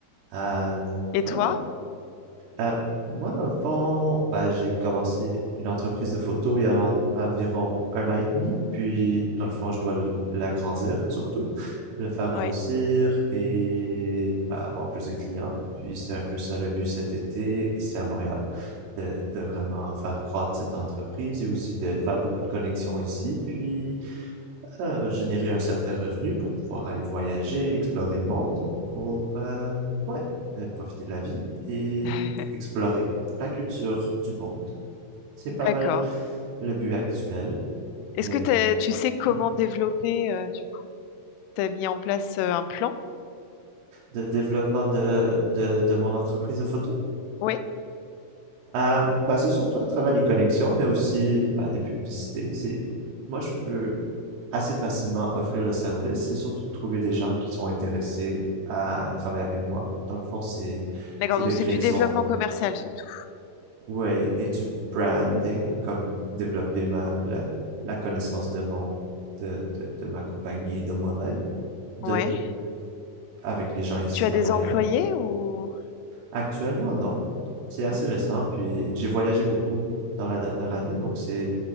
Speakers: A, on the right; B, on the left.
A: Euh,
B: Et toi?
A: ah, Euh, moi, dans le fond, ben, j'ai commencé une entreprise de photo il y a en- environ un an et demi, puis dans le fond, je dois l- l'agrandir surtout, le faire grossir
B: Oui.
A: et ben, avoir plus de clients. Puis c'est un peu ça le but cet été ici à Montréal, de, de vraiment faire croître cette entreprise et aussi de faire beaucoup de connexions ici, puis à générer un certain revenu pour pouvoir aller voyager, explorer le monde, pour euh, ouais, euh, profiter de la vie et
B: <laughs>
A: explorer la culture du monde. C'est
B: D'accord.
A: pas mal le but actuel,
B: Est-ce
A: mais
B: que t'as- tu sais comment
A: hmm,
B: développer euh, du coup? T'as mis en place euh, un plan?
A: de développement de, de, de mon entreprise de photo.
B: Oui.
A: Euh, bah, c'est surtout à travers les connexions, mais aussi bah, des publicités. C'est moi, je peux assez facilement offrir le service. C'est surtout de trouver des gens qui sont intéressés à à travailler avec moi. Dans le fond, c'est
B: D'accord,
A: c'est
B: donc
A: de créer
B: c'est du développement
A: son
B: commercial surtout.
A: ouais et du branding, comme développer ma la, la connaissance de mon de, de, de ma compagnie et de moi-même, de
B: Ouais.
A: avec les gens ici
B: Tu as
A: à
B: des
A: Montréal.
B: employés ou
A: Actuellement, non. Non. C'est assez
B: non?
A: récent, puis j'ai voyagé beaucoup dans la dernière année, donc c'est,